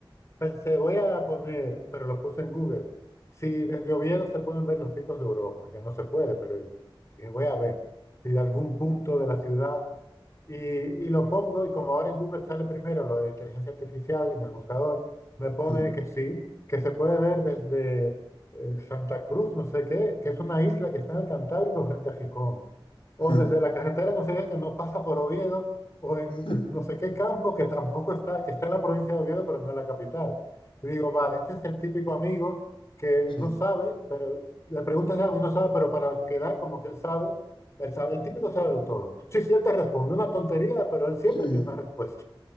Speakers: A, on the left; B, on the left.
A: Pensé, voy a poner, pero lo puse en Google, si desde Oviedo se pueden ver los picos de Europa, que no se puede, pero dije, voy a ver si de algún punto de la ciudad, y, y lo pongo, y como ahora en Google sale primero lo de la inteligencia artificial en el buscador, me pone
B: sí.
A: que sí, que se puede ver desde eh, Santa Cruz, no sé qué, que es una isla que está en el Cantábrico frente a Gijón, o
B: <laughs>
A: desde la carretera, no sé qué, que no pasa por Oviedo, o en
B: <laughs>
A: no sé qué campo que tampoco está, que está en la provincia de Oviedo, pero no en la capital. Y digo, vale, este es el típico amigo que no
B: Sí,
A: sabe, pero le preguntas de algo y no sabe, pero para quedar como que él sabe, él sabe, el típico sabe lo todo. Sí, sí, él te responde una tontería, pero él siempre
B: sí.
A: tiene una respuesta.